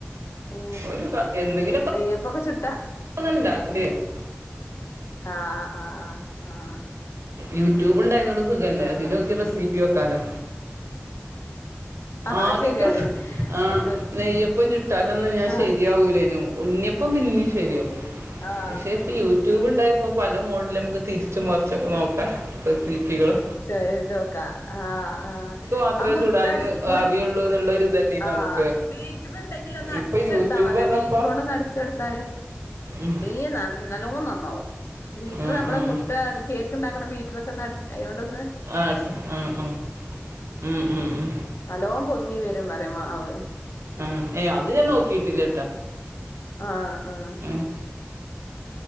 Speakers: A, on the left; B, on the right.
A: ഏ
B: ഒരു എന്തെങ്കിലും
A: നെയ്യപ്പൊക്കെ ചുട്ടാ
B: <inaudible> <unintelligible>
A: ആഹ ആഹ് ആഹ
B: യൂട്യൂബ് ഉണ്ടായോണ്ട് സുഖല്ലേ
A: ആഹ്
B: അതിലൊക്കെ റെസിപ്പി വെക്കാലോ
A: ആഹ്
B: ആദ്യ
A: അത് ശരിയാണ്
B: ഒക്കെ ആ
A: അത്
B: നെയ്യപ്പം ചുട്ടാലൊനും ഞാൻ
A: ആഹ്
B: ശരിയാവൂലേനു ഉണ്ണിയപ്പം പിന്നിം ശരിയാവും
A: ആഹ്
B: പക്ഷേ ഇപ്പ യൂട്യൂബ് ഉണ്ടായപ്പോൾ പ മോഡിൽ നമുക്ക് തിരിച്ചും മറിച്ചൊക്കെ നോക്കാം റെസിപ്പികള്.
A: ചെയ്തോക്കാ ആഹ ആ
B: മാത്രമേ
A: ആ മുട്ടടി
B: ചുടാൻ
A: മു
B: അറിയുള്ളൂ എന്നുള്ളൊരു ഇതല്ലേ
A: ആ
B: നമുക്ക്
A: ബീറ്റിലുണ്ടെങ്കിലിൽ ഒന്ന് അടച്ചെടുത്താൽ
B: ഇപ്പൊ യൂട്യൂബ്
A: മതിയാ
B: വന്നപ്പോ
A: ബീറ്ററുകൊണ്ടൊന്ന് അടച്ചെടുത്താല്
B: ഉം,
A: വേ നല്ലോ നന്നാവും. വീട്ടില്
B: ഉം,
A: നമ്മള്
B: ഉം.
A: മുട്ട കേക്ക് ഇണ്ടാക്കണ <unintelligible>
B: ആ ആ ആ ഉ ഉ ഉ
A: നല്ലോം പൊങ്ങി വരും പറയാ മാവ്
B: ആ. ഏ അത് ഞാൻ നോക്കിയിട്ടില്ല
A: ആഹ ആഹ
B: ഉം <inaudible>